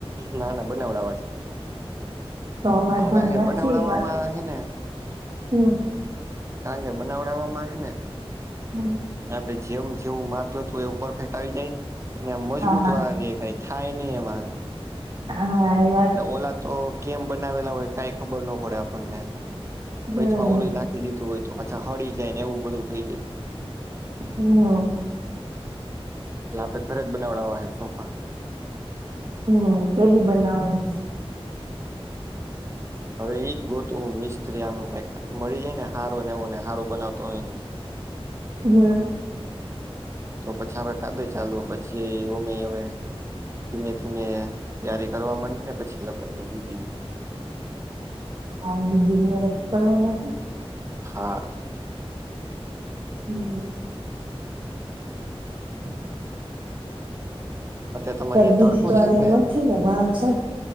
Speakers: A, on the right; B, on the right.
A: ના ના બનાવડવા છે
B: તો અમારે ઘરે
A: કારણ કે
B: નથી
A: બનાવડવામાં
B: એ વાત
A: છે ને
B: હમ
A: કારણ કેે બનાવડાવમાં હે ને
B: હમ
A: આપે જેમ જેવું માપ જોતું એવું પરફેક્ટ આવી જાય અને મજબૂત
B: હા
A: વાળા દેખાય. થાય નહી એમાં એમ
B: હા એ વાત
A: ઓલા તો કેમ બનાવેલા હોય કઈ ખબર ન પડે આપણને
B: હમ
A: વચમાં ઓલું નાખ દીધું હોય તો અચ્છા હળી જાય ને એવું બધું થઈ જાય
B: હમ
A: એ આપણે ઘરે જ બનાવડાવ છે સોફા
B: હમ કેલી બનાવાની છે.
A: હવે ઈજ ગોતું મિસ્ત્રી આમ કક મળી જાય ને હારું ને એવું ને હારું બનાવતો હોય.
B: હમ
A: તો પછી આપણે તાબે ચાલવુ પછી ઓબે હવે. ધીમે ધીમે તૈયારી કરવા માંડીએ ને પછી લગન ની દીધી.
B: હા જી રક્ષ પણવાના છે.
A: હા
B: હમ <inaudible>
A: અત્યારે તમાને અહીંયા
B: દીદી
A: તડકો
B: તો
A: છે
B: અહીંયા
A: કે
B: નથી ને વાહ છે